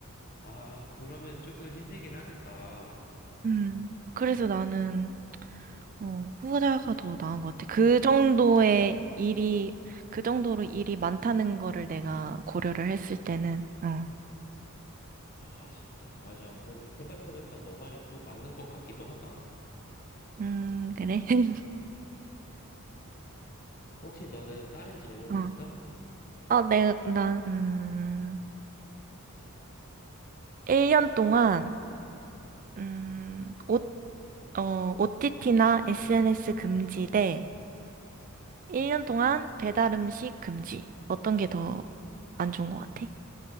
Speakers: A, on the left; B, on the right.
A: 아, 그러면 조금 힘들긴 하겠다.
B: 음. 그래서 나는 어, 후자가 더 나은 것 같아. 그 정도의 일이, 그 정도로 일이 많다는 거를 내가 고려를 했을 때는, 어.
A: 아, 진짜. 맞아. 그 생각해보니까 너 말이 또 맞는 것 같기도 하다.
B: 음, 그래? <laughs>
A: 혹시 너는 다른 질문이
B: 어.
A: 있어?
B: 아, 내, 난, 음, 1년 동안, 음, 옷, 어, OTT나 SNS 금지 대 1년 동안 배달 음식 금지. 어떤 게 더 안 좋은 것 같아?